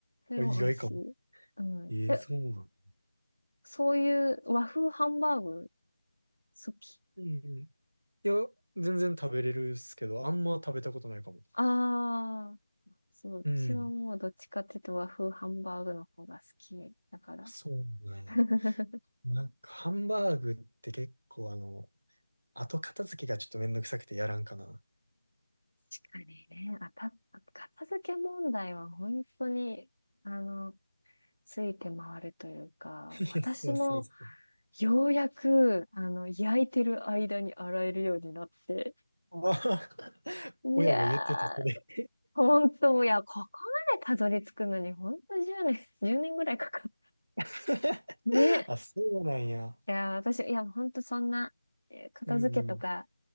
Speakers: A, on the left (about 85°); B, on the right (about 75°).
A: それも美味しい。
B: あ、意外かも。
A: うん。
B: ええ、
A: で、
B: そうなん。
A: そういう和風ハンバーグ好き。
B: うんうん。いや、全然食べれるっすけど、あんま食べたことないかも。
A: ああ、そう、うちはもうどっちかっていうと和風ハンバーグの方が好きだから。
B: うん。そうなんや。
A: <laughs> 確
B: なんか、ハンバーグって結構あの、後片付けがちょっとめんどくさくてやらんかな。
A: かにね、あた、片付け問題は本当に、あの、ついて回るというか、
B: <laughs>
A: 私も
B: いやそうそう
A: ようやく、あの、焼いてる間に洗えるようになって、
B: まあ、<laughs>
A: いや
B: 親が言ってた、それ。
A: ー、ほんと、いや、ここまでたどり着くのに、ほんと10年、1年ぐらいかかる。
B: <laughs>
A: ね。
B: あ、そうなんや。
A: いやー、私、いや、ほんとそんな、えー片付けとか
B: うんうん。